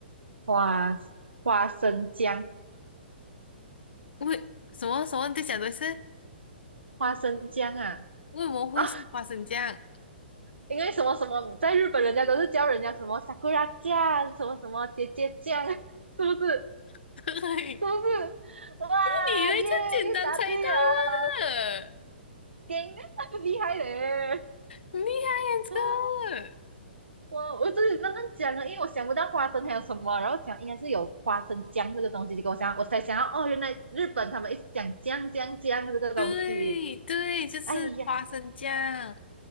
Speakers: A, on the right; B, on the left.
A: 花花生酱，
B: 为什么什么？你在讲的是
A: 花生酱啊
B: 为什么会是花生酱？
A: 啊，因为什么什么，在日本人家都是叫人家什么 sakura 酱，什么什么姐姐酱，<laughs> 是不是？
B: <laughs> 嘿
A: 是不是？哇耶，
B: 你以为这样简单猜到啊？
A: 又答对了，天，<laughs> 厉害嘞！
B: 厉害呀，
A: <laughs> 嗯，
B: 这个！
A: 我我自己刚刚讲了，因为我想不到花生还有什么，然后想应该是有花生酱这个东西，结果我想我才想到哦，原来日本他们一直讲酱酱酱这个东西。
B: <laughs> 对对，就是花生酱，
A: 哎呀，